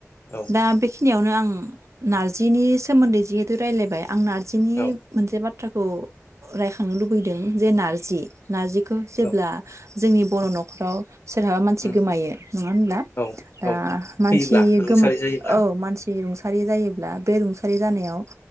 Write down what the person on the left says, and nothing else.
उम
औ
औ
उम
औ
औ
थैयोब्ला रुंसारि
जायोब्ला